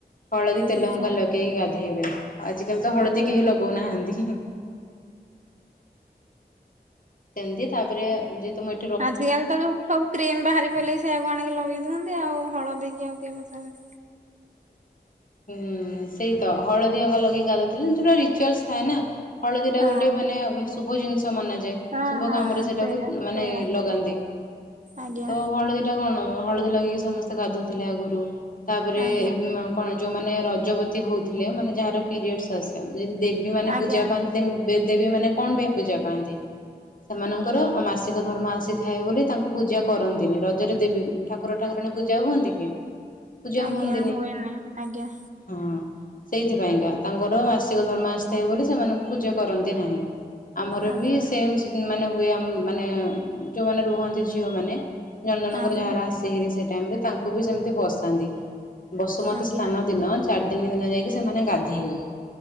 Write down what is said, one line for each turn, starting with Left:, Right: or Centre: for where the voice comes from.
Left: ହଳଦୀ ତେଲ
Right: ଆଜ୍ଞା
Left: ହଙ୍କା ଲଗେଇକି ଗାଧେଇବେ ଆଜିକାଲି ତ ହଳଦୀ
Right: ଆଜ୍ଞା।
Left: କେହି ଲଗଉନାହାନ୍ତି ସେମତି ତାପରେ ଯେ ତମେ
Right: ଆଜିକାଲି ତ ଯୋଉ ସବୁ କ୍ରିମ ବାହାରି ପାରିଲେଇି ସେଇଆକୁ ଆଣିକି ଲଗେଇ ଦିଅନ୍ତି ଆଉ ହଳଦୀକି ଆଉ କେହି ପଚାରନ୍ତି
Left: ହୁଁ ସେଇ ତ ହଳଦୀ ଅଙ୍ଗା ଲଗେଇି ଗାଧଉଥିଲେ ଯୋଉଟା ରିଚୁଆଲସ ଥାଏ ନା ହଳଦୀ ଟା
Right: ହଁ।
Left: ଗୋଟେ ମାନେ ଶୁଭ ଜିନିଷ ମନାଯାଏ
Right: ହଁ
Left: ଶୁଭ
Right: ହଁ
Left: କାମରେ ସେଟାକୁ
Right: ସେଇଆ
Left: ମାନେ
Right: ସେଇଆ
Left: ଲଗାନ୍ତି
Right: ଆଜ୍ଞା
Left: ତ ହଳଦୀ ଏଟା କଣ ହଳଦୀ ଲଗେଇକି ସମସ୍ତେ ଗାଧୁଥିଲେ ଆଗରୁ ତାପରେ
Right: ଆଜ୍ଞା
Left: କଣ ଯୋଉମାନେ ରଜବତୀ ହଉଥିଲେ ମାନେ ଯାହାର ପିରିୟଡସ ଆସେ ଯଦି ଦେବୀ ମାନେ
Right: ଆଜ୍ଞା
Left: ପୂଜା ପାଆନ୍ତି ଦେବୀ ମାନେ କଣ ପାଇଁ ପୂଜା ପାଆନ୍ତି। ସେମାନଙ୍କର ମାସିକ ଧର୍ମ ଆସିଥାଏ ବୋଲି ତାଙ୍କୁ ପୂଜା କରନ୍ତିନି ରଜରେ ଦେବୀ ଠାକୁ କୁକୁ ଠାକୁଣୀ ପୂଜା ହୁଅନ୍ତି କି ପୂଜା
Right: ଆଜ୍ଞା
Left: ହୁଅନ୍ତିନି।
Right: ହୁଏନି ଆଜ୍ଞା
Left: ହଁ ସେଇଥିପାଇଁକା ତାଙ୍କର ମାସିକ ଧର୍ମା ଆସିଥାଏ ବୋଲି ସେମାନଙ୍କୁ ପୂଜା କରନ୍ତି ନାହିଁ ଆମର
Right: ଆଜ୍ଞା
Left: ବି ସେମ ମାନେ ହୁଏ ମାନେ ଯୋଉମାନେ ରୁହନ୍ତି ଝିଅମାନେ ନନ୍ଦନକର
Right: ଆଜ୍ଞା
Left: ଯାହାର ଆସିେ ହେରି ସେ ଟାଇମ ରେ ତାଙ୍କୁ ବି ସେମିତି ବସାନ୍ତି ବ ସୁମତୀ
Right: ଆଜ୍ଞା
Left: ସ୍ନାନ ଦିନ ଚାରି ଦିନ ଦିନ ଯାଇକି ସେମାନେ ଗାଧେଇଲେ